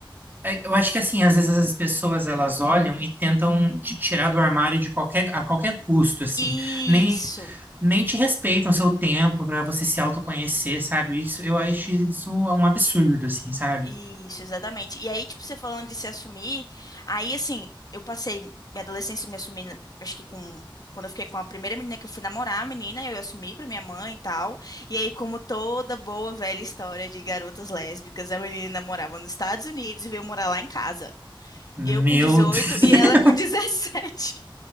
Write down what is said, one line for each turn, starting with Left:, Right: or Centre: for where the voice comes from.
Right: É, Eu acho que assim, às vezes as pessoas elas olham e tentam te tirar do armário de qualquer, a qualquer custo, assim.
Left: Isso.
Right: Nem, nem te respeitam o seu tempo para você se autoconhecer, sabe? Isso, eu acho isso um absurdo, assim, sabe?
Left: Isso, exatamente. E aí, tipo, você falando de se assumir, aí, assim, eu passei minha adolescência me assumindo, acho que com. Quando eu fiquei com a primeira menina que eu fui namorar, a menina, eu assumi pra minha mãe e tal. E aí, como toda boa velha história de garotas lésbicas, a menina morava nos Estados Unidos e veio morar lá em casa.
Right: Meu
Left: Eu com 18
Right: Deus.
Left: e
Right: <laughs>
Left: ela com <laughs> dezessete